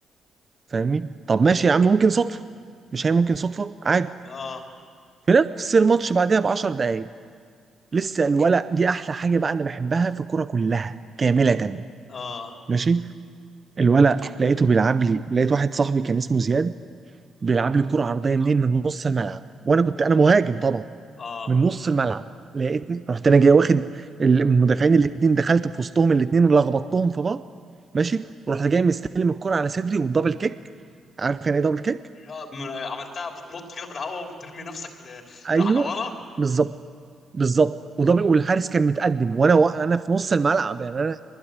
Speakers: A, on the right (about 30°); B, on the left (about 50°).
A: فاهمني طب ماشي يا عم ممكن صدفه مش هي ممكن صدفه عادي
B: اه
A: في نفس الماتش بعدها ب 10 دقائق لسه الولد دي احلى حاجه بقى انا بحبها في الكوره كلها كامله
B: اه
A: ماشي الولد لقيته بيلعب لي لقيت واحد صاحبي كان اسمه زياد بيلعب لي الكرة عرضية منين من نص الملعب وانا كنت انا مهاجم طبعا
B: اه
A: من نص الملعب لقيتني رحت انا جاي واخد ال- من المدافعين الاثنين دخلت في وسطهم الاثنين ولخبطتهم في بعض ماشي ورحت جاي مستلم الكرة على صدري والدبل كيك عارف يعني ايه دبل كيك
B: اه م- عملتها بتنط كده في الهواء وبترمي نفسك ل...
A: ايوه
B: ل- على ورا
A: بالظبط بالظبط ودبل والحارس كان متقدم وانا و... انا في نص الملعب يعني انا